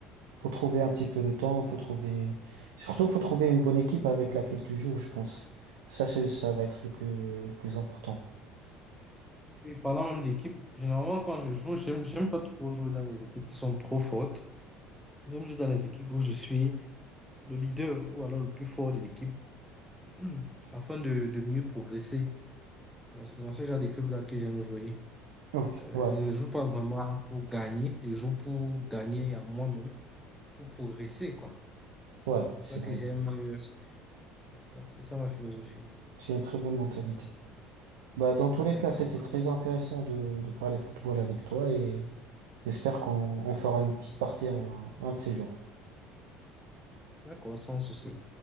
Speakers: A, on the right; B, in the centre.
A: Faut trouver un petit peu le temps, faut trouver, surtout faut trouver une bonne équipe avec laquelle tu joues, je pense. Ça, c'est, ça va être le plus le plus important.
B: Et parlant même d'équipe, généralement, quand je joue, j'aime, j'aime pas trop jouer dans les équipes qui sont trop fortes. J'aime jouer dans les équipes où je suis le leader ou alors le plus fort de l'équipe <clears throat> afin de, de mieux progresser. Donc, C'est dans ce genre de club-là que j'aime jouer.
A: Ok,
B: Euh,
A: ouais,
B: je ne joue pas vraiment pour gagner, je joue pour gagner à moi-même, pour progresser, quoi.
A: ouais,
B: C'est pour
A: c'est
B: ça
A: vrai.
B: que j'aime. euh, c'est ça, c'est ça ma philosophie, en fait.
A: C'est une très bonne mentalité. Bah, dans tous les
B: D'accord.
A: cas, c'était très intéressant de, de parler football avec toi et j'espère qu'on on fera une petite partie un, un de ces jours.
B: D'accord, sans souci.